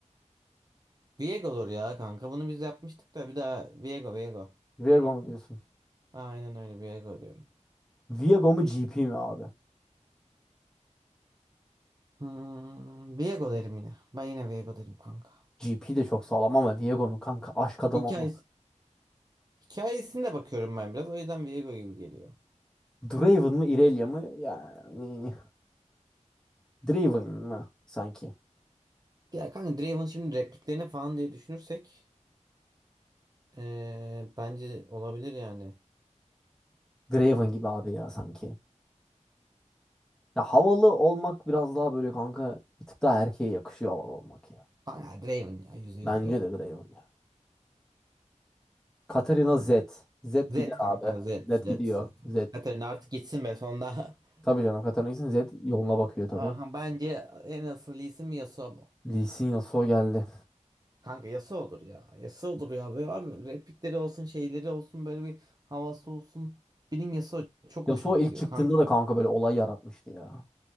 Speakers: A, on the right (about 30°); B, in the centre.
A: Viego olur ya kanka. Bunu biz yapmıştık da bir daha Viego Viego.
B: Viego mu diyorsun?
A: Aynen öyle Viego diyorum.
B: Viego mu GP mi abi?
A: Hmm, Viego derim yine. Ben yine Viego derim kanka.
B: GP de çok sağlam ama Viego'nun kanka aşk adamı
A: Hikayesi.
B: ama.
A: Hikayesine de bakıyorum ben biraz. O yüzden Viego gibi geliyor.
B: Draven mı Irelia mı? Yani Draven mı sanki?
A: Ya kanka Draven şimdi repliklerini falan diye düşünürsek ee, bence olabilir yani.
B: Draven gibi abi ya sanki. Ya havalı olmak biraz daha böyle kanka bir tık daha erkeğe yakışıyor havalı olmak ya.
A: Kanka Draven ya %100
B: Bence
A: Draven.
B: de Draven ya. Katarina Z. Z gider
A: Zed kanka
B: abi.
A: Zed
B: Z
A: Zed
B: gidiyor.
A: Zed.
B: Z.
A: artık. Katarina artık gitsin be sonunda. <laughs>
B: Tabii canım Katarina gitsin. Z yoluna bakıyor tabii.
A: Aha bence en asıl isim Yasuo bu.
B: Lee Sin Yasuo geldi.
A: Kanka Yasuo'dur ya. Yasuo'dur ya. Ve abi replikleri olsun şeyleri olsun böyle bir havası olsun. Benim Yasuo çok
B: Yasuo
A: hoşuma
B: ilk
A: gidiyor
B: çıktığında
A: kanka.
B: da kanka böyle olay yaratmıştı ya.